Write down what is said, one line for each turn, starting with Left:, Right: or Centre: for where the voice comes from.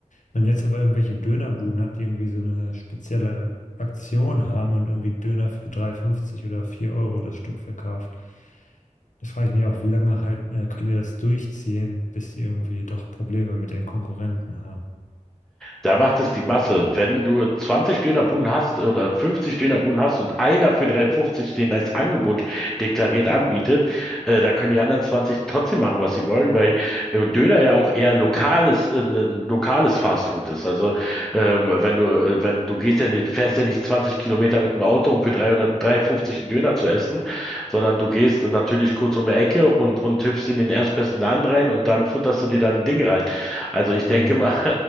Left: Man jetzt aber irgendwelche Dönerbuden hat, die irgendwie so eine spezielle Aktion haben und irgendwie Döner für drei fünfzig oder 4 Euro das Stück verkauft. Da frage ich mich auch, wie lange halt, äh, können die das durchziehen, bis die irgendwie doch Probleme mit den Konkurrenten haben.
Centre: Da macht es die Masse. Wenn du 20 Dönerbuden hast oder 50 Dönerbuden hast und einer für 3,50 den als Angebot deklariert anbietet, äh, dann können die anderen 20 trotzdem machen, was sie wollen, weil äh, Döner ja auch eher lokales, äh, ein lokales Fastfood ist. Also ähm, wenn du, äh, wenn du gehst ja nicht, fährst ja nicht 20 Kilometer mit dem Auto, um für 300, 3,50 einen Döner zu essen, sondern du gehst natürlich kurz um die Ecke und, und hüpfst in den erstbesten Laden rein und dann futterst du dir dann ein Ding rein. Also ich denke
Left: Oh,
Centre: mal,